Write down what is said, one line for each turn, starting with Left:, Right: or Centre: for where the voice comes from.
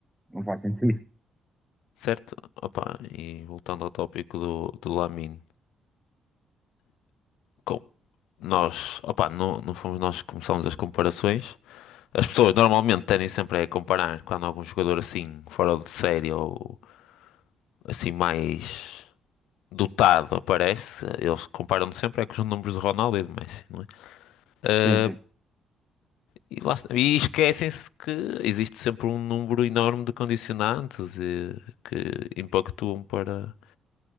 Centre: Não faz sentido.
Left: certo. Opa, e voltando ao tópico do, do Lamine. com- Nós, opa, não, não fomos nós que começamos as comparações. As pessoas normalmente tendem sempre a comparar quando algum jogador assim fora de série ou assim mais dotado aparece, eles comparam sempre é com os números de Ronaldo e de Messi, não é? Ah,
Centre: Sim, sim.
Left: e lá está. E esquecem-se que existe sempre um número enorme de condicionantes e, que impactuam para,